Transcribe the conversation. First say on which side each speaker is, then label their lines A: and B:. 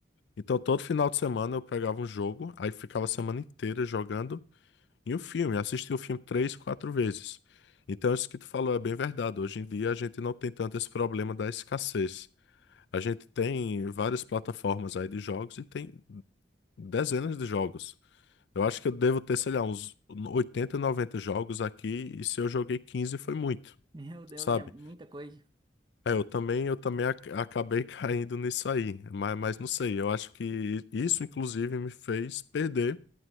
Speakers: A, on the left; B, on the right.
A: Então, todo final de semana eu pegava um jogo, aí ficava a semana inteira jogando e um filme. Assistia o filme três, quatro vezes. Então, isso que tu falou é bem verdade. Hoje em dia, a gente não tem tanto esse problema da escassez. A gente tem várias plataformas aí de jogos e tem dezenas de jogos. Eu acho que eu devo ter, sei lá, uns 80, 90 jogos aqui, e se eu joguei 15 foi muito,
B: <laughs> Meu Deus,
A: sabe?
B: é muita coisa.
A: É, eu também, eu também ac- acabei <laughs> caindo nisso aí, mas, mas não sei, eu acho que isso inclusive me fez perder